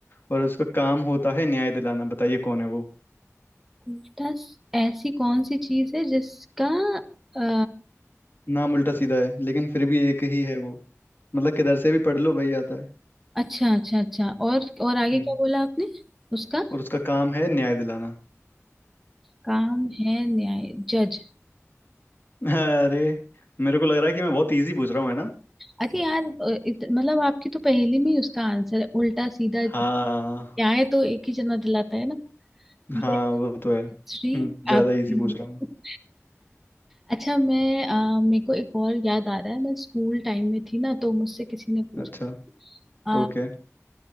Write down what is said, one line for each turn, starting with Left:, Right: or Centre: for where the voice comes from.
Left: और उसका काम होता है न्याय दिलाना बताइए कौन है वो
Centre: उल्टा स- ऐसी कौन सी चीज है जिसका आ,
Left: नाम उल्टा सीधा है लेकिन फिर भी एक ही है वो मतलब किधर से भी पढ़ लो वही आता है
Centre: अच्छा अच्छा अच्छा और और आगे
Left: हम्म
Centre: क्या बोला आपने उसका
Left: और उसका काम है न्याय दिलाना
Centre: काम है न्याय जज
Left: अरे मेरे को लग रहा है कि मैं बहुत इजी पूछ रहा हूँ है ना
Centre: अरे यार अ, इत, मतलब आपकी तो पहेली में ही उसका आंसर है उल्टा सीधा
Left: हाँ
Centre: न्याय तो एक ही जना दिलाता है ना ये
Left: हाँ वो तो है हम्म,
Centre: श्री
Left: ज्यादा
Centre: आप
Left: इजी
Centre: <laughs>
Left: पूछ रहा हूँ
Centre: अच्छा मैं अ, मेरे को एक और याद आ रहा है मैं स्कूल टाइम में थी ना तो मुझसे किसी ने पूछा
Left: अच्छा ओके
Centre: अ,